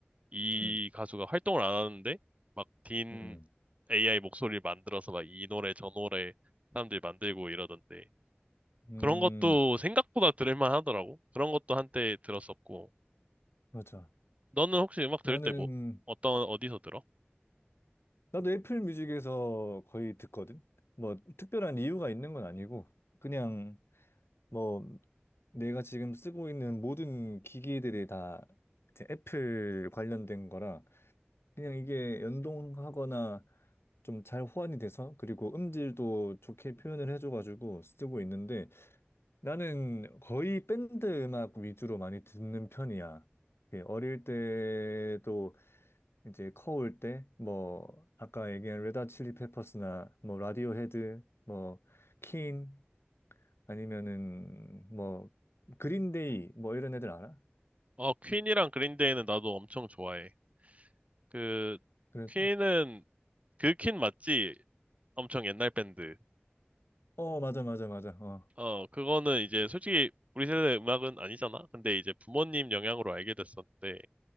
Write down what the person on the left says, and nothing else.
음,
음,
음,
맞아.
나는,
나도 애플 뮤직에서 거의 듣거든? 뭐, 특별한 이유가 있는 건 아니고, 그냥, 뭐, 내가 지금 쓰고 있는 모든 기기들이 다 이제 애플 관련된 거라 그냥 이게 연동하거나 좀 잘 호환이 돼서 그리고 음질도 좋게 표현을 해줘가지고 쓰고 있는데 나는 거의 밴드 음악 위주로 많이 듣는 편이야. 예, 어릴 때도 이제 커올 때 뭐 아까 얘기한 레드 칠리 페퍼스나 뭐 라디오헤드 뭐퀸 아니면은 뭐 그린데이 뭐 이런 애들 알아?
그래.
어, 맞아 맞아 맞아. 어.